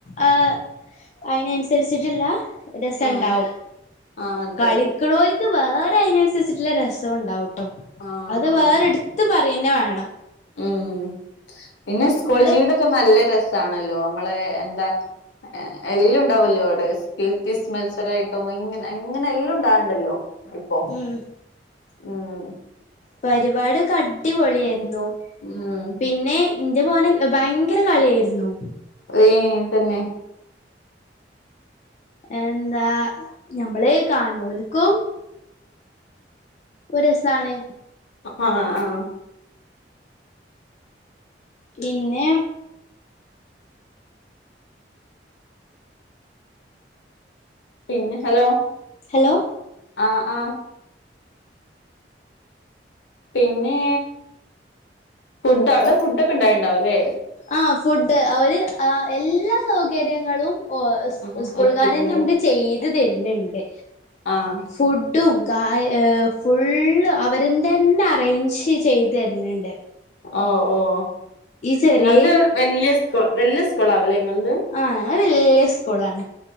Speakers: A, on the left; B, on the left.
A: ആ അതിനനുസരിച്ചിട്ടിള്ള... രസംണ്ടാവും.
B: ആഹ് ആഹ് അതന്നെ
A: കളി ക്ക്ണോർക്ക് വേറെ അതിനനുസരിച്ചിട്ടുള്ള രസം ഉണ്ടാവട്ടോ.
B: ആഹ്
A: അത്
B: ആഹ്
A: വേറെടു ത്ത് പറയന്നെ വേണം.
B: ഉം, പിന്നെ
A: സ്കൂള്
B: സ്കൂൾ ജീവിതൊക്കെ നല്ല രസാണല്ലോ? നമ്മളെ എന്താ? എല്ലാം ഉണ്ടാവല്ലോ അവിടെ കെ പി എസ് മത്സരായിട്ടും ഇങ്ങനെ ഇങ്ങനെ എല്ലാം ഉണ്ടാവലുണ്ടല്ലോ ഇപ്പൊ
A: ഉം
B: ഉം
A: പരിപാടിയൊക്കെ അടിപൊളിയായിരുന്നു
B: ഉം ഉം
A: പിന്നെ ഇന്റെ മോന് ഭയങ്കര കളിയായിരുന്നു
B: ഏഹ് തന്നെ
A: എന്താ ഞമ്മളെ കാണണോലുക്കും ഒരു രസാണ്
B: ആഹ് ആഹ്
A: പിന്നെ
B: പിന്നെ ഹലോ
A: ഹലോ
B: ആഹ് ആഹ് പിന്നേ ഫുഡ്, അവ്ടെ ഫുഡൊക്കെ ഉണ്ടായിണ്ടാവുല്ലേ.
A: ആഹ് ഫുഡ് അവര് ആഹ് എല്ലാ സൗകര്യങ്ങളും ഓഹ് സ്
B: ആഹ്
A: സ്കൂൾകാരന്നെ
B: ഒരുക്കിയിട്ടുണ്ടായി
A: നമ്ക്ക് ചെയ്ത് തെര്ന്ണ്ട്.
B: ആഹ്
A: ഫുഡും കാ ഏഹ് ഫുള്ള് അവരുംന്തെന്നെ അറേഞ്ച് ചെയ്ത് തെര്ന്ണ്ട്.
B: ഓഹ് ഓഹ്
A: ചെറിയ
B: ഇങ്ങൾത് വല്യ സ്കൂൾ, വല്യ സ്കൂളാവുല്ലേ ഇങ്ങൾത്?
A: ആഹ് ഞങ്ങളെ വല്യ സ്കൂളാണ്.